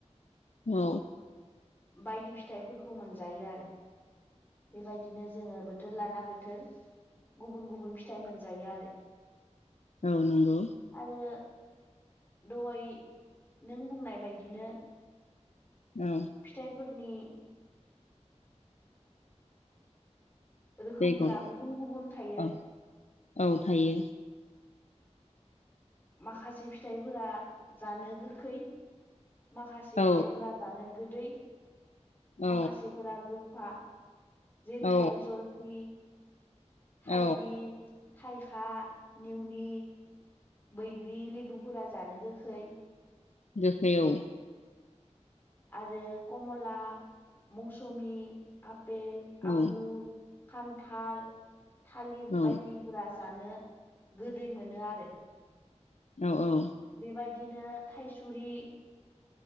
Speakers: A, on the left; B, on the left.
A: औ
B: बायदि फिथाइफोरखौ मोनजायो आरो। बेबायदिनो जोङो बोथोर लाना बोथोर गुबुन गुबुन फिथाइ मोनजायो आरो।
A: औ नंगौ।
B: आरो दहय नों बुंनाय बायदिनो
A: औ
B: फिथाइफोरनि रोखोमफोरा
A: बेगर
B: गुबुन गुबुन थायो
A: औ औ थायो।
B: माखासे फिथाइफोरा जानो गोखै माखासे
A: औ
B: फिथाइफोरा जानो गोदै
A: औ
B: माखासेफोरा गोफा जेरैहाय
A: औ
B: जल फि थाइगिर
A: औ
B: थाइखा नेवनि बैग्रि लेबुफोरा जानो गोखै
A: गोखै औ
B: आरो कमला मौसुमि आपेल
A: औ
B: आंगुर खान्थाल थालिर
A: औ
B: बायदि फोरा जानो गोदै मोनो आरो
A: औ-औ
B: बेबायदिनो थाइसुरि